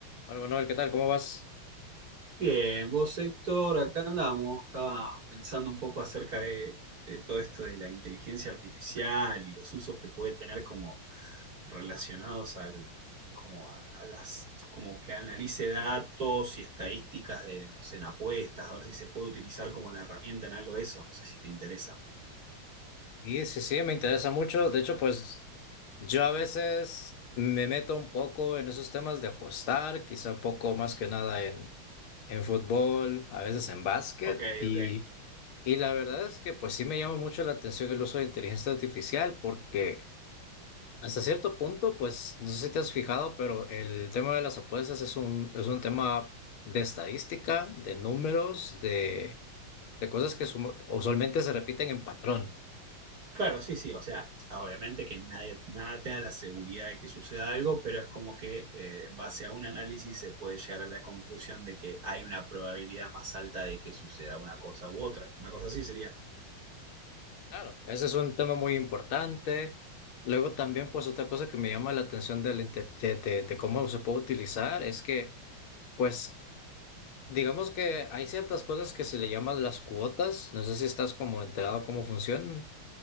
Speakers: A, on the left (about 80°); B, on the right (about 45°).
A: Hola Manuel, ¿qué tal? ¿Cómo vas?
B: Bien, vos Héctor, acá andamos. Estaba pensando un poco acerca de, de todo esto de la inteligencia artificial y los usos que puede tener como relacionados al, como a, a las, como que analice datos y estadísticas de, no sé, en apuestas, a ver si se puede utilizar como la herramienta en algo de eso. No sé si te interesa.
A: Sí, sí, sí, me interesa mucho. De hecho, pues yo a veces me meto un poco en esos temas de apostar, quizá un poco más que nada en, en fútbol, a veces en básquet.
B: Ok,
A: Y,
B: ok.
A: y la verdad es que pues sí me llama mucho la atención el uso de inteligencia artificial porque hasta cierto punto, pues no sé si te has fijado, pero el tema de las apuestas es un, es un tema de estadística, de números, de, de cosas que sumo- usualmente se repiten en patrón.
B: Claro, sí, sí, o sea, obviamente que nadie, nada te da la seguridad de que suceda algo, pero es como que eh, en base a un análisis se puede llegar a la conclusión de que hay una probabilidad más alta de que suceda una cosa u otra. Una cosa así sería.
A: Claro, ese es un tema muy importante. Luego también, pues otra cosa que me llama la atención del inte- de, de- de cómo se puede utilizar es que, pues, digamos que hay ciertas cosas que se le llaman las cuotas. No sé si estás como enterado cómo funcionan.